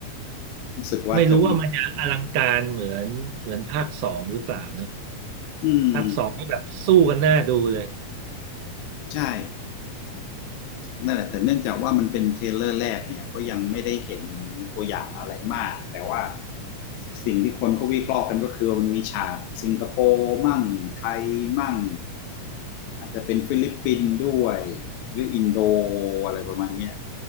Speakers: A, on the left; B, on the right.
A: รู้สึกว่าจะมี
B: ไม่รู้ว่ามันจะอลังการเหมือนเหมือนภาคสองหรือเปล่าเนอะ
A: อืม
B: ภาคสองนี่แบบสู้กันหน้าดูเลย
A: ใช่นั่นแหละแต่เนื่องจากว่ามันเป็นเทรลเลอร์แรกเนี่ยก็ยังไม่ได้เห็นตัวอย่างอะไรมากแต่ว่าสิ่งที่คนเขาวิเคราะห์กันก็คือมันมีฉากสิงคโปร์มั่งไทยมั่งอาจจะเป็นฟิลิปปินส์ด้วยหรืออินโดอะไรประมาณเนี้ย